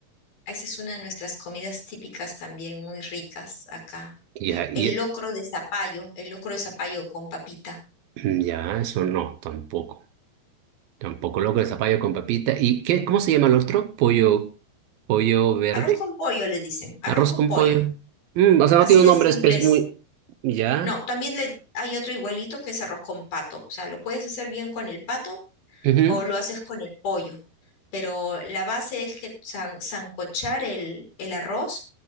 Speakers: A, on the left; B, on the right.
A: Esa es una de nuestras comidas típicas también muy ricas acá.
B: Ya, y
A: El locro de zapallo, el locro de zapallo con papita.
B: Mm, Ya, eso no, tampoco. Tampoco loco de zapallo con papita. ¿Y qué, cómo se llama el otro? Pollo, pollo verde,
A: Arroz con pollo le dicen, arroz
B: arroz
A: con
B: con
A: pollo.
B: pollo. Mm, o sea,
A: Así
B: no tiene
A: de
B: un nombre
A: simples.
B: espe muy. Ya.
A: No, también le, hay otro igualito que es arroz con pato. O sea, lo puedes hacer bien con el pato
B: Ujú,
A: o lo haces con el pollo. Pero la base es que san- sancochar el, el arroz